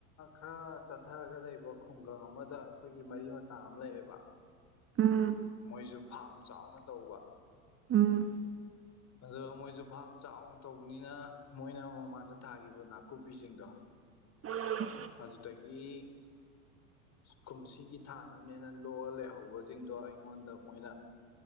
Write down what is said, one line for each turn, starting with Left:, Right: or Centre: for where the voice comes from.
Left: ꯈꯔ ꯆꯠꯊꯔꯒ ꯂꯩꯕ ꯈꯨꯡꯒꯪ ꯑꯃꯗ ꯑꯩꯈꯣꯏꯒꯤ ꯃꯔꯤ ꯃꯇꯥ ꯑꯃ ꯂꯩꯑꯦꯕ
Right: ꯎꯝ
Left: ꯃꯣꯏꯁꯨ ꯐꯥꯝ ꯆꯥꯎꯅ ꯇꯧꯕ
Right: ꯎꯝ
Left: ꯑꯗꯣ ꯃꯣꯏꯁꯨ ꯐꯥꯝ ꯆꯥꯎꯅ ꯇꯧꯕꯅꯤꯅ ꯃꯣꯏꯅ ꯃꯃꯥꯡꯗ ꯊꯥꯈꯤꯕ ꯅꯥꯀꯨꯞꯄꯤꯁꯤꯡꯗꯣ
Right: ꯎꯝ
Left: ꯑꯗꯨꯗꯒꯤ ꯀꯨꯝꯁꯤꯒꯤ ꯊꯥꯟ ꯑꯃꯅꯦꯅ ꯂꯣꯛꯑ ꯂꯩꯍꯧꯕꯁꯤꯡꯗꯣ ꯑꯩꯉꯣꯟꯗ ꯃꯣꯏꯅ